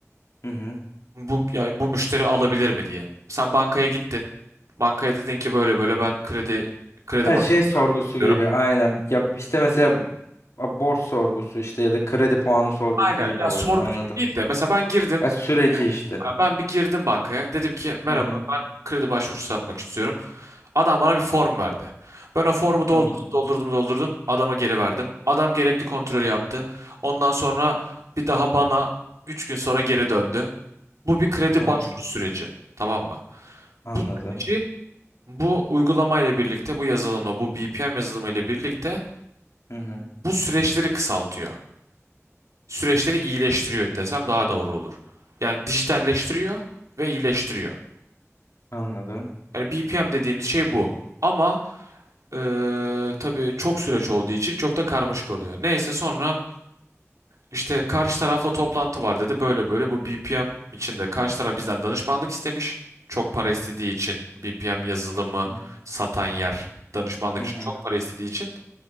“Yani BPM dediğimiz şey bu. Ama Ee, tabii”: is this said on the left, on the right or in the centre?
Right